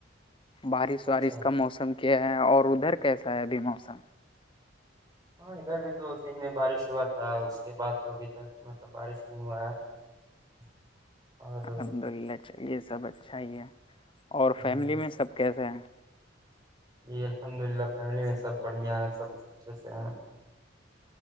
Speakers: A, on the left (about 25°); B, on the right (about 20°).
A: بارش
B: اچھا
A: وارش کا موسم کیا ہے اور ادھر کیسا ہے ابھی موسم
B: ہاں ادھر بھی تو دن میں بارش ہوا تھا اس کے بعد تو ابھی تک مطلب بارش نہیں ہوا ہے <inaudible> اور
A: الحمد للہ چلیے سب اچھا ہی ہے اور
B: ہاں،
A: فیملی میں سب کیسے ہیں
B: جی الحمد للہ فیملی میں سب بڑھیا ہے سب اچھے سے ہیں